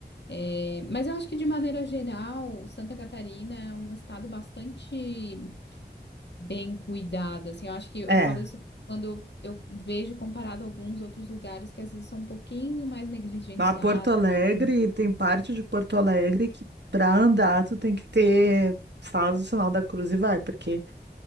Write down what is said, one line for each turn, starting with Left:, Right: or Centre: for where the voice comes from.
Left: É, mas eu acho que, de maneira geral, Santa Catarina é um estado bastante bem cuidado, assim, eu acho que eu
Right: É.
Left: falo isso quando eu vejo comparado a alguns outros lugares que às vezes são um pouquinho mais negligenciados,
Right: A Porto Alegre,
Left: assim.
Right: tem parte de Porto Alegre que para andar tu tem que ter, faz o sinal da cruz e vai, porque